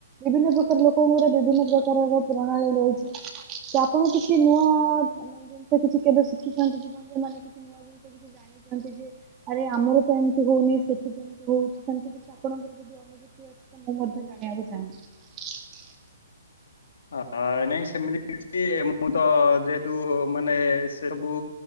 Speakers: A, on the right; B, on the left.
A: ବିଭିନ୍ନ ପ୍ରକାର ଲୋକଙ୍କର ବିଭିନ୍ନ ପ୍ରକାର ପ୍ରଣାଳୀ ରହିଛି ତ ଆପଣ କିଛି ନୂଆ ମନେ ଜିନିଷ କିଛି କେବେ ଶିଖିଛନ୍ତି ଜୀବନରେ ମାନେ କିଛି ନୂଆ ଜିନିଷ କିଛି ଜାଣି <unintelligible> ଆରେ ଆମର ତ ଏମିତି ହଉନି ସେଠି କେମିତି ହଉଛି ସେମିତି କିଛି ଆପଣଙ୍କର ଯଦି ଅନୁଭୂତି ଅଛି ତ ଆମେ ମଧ୍ୟ ଜାଣିବାକୁ ଚାହିବୁ
B: ଆ ନାଇଁ ସେମିତି କିଛି ମୁଁ ତ ଯେହେତୁ ମାନେ ସେ ସବୁ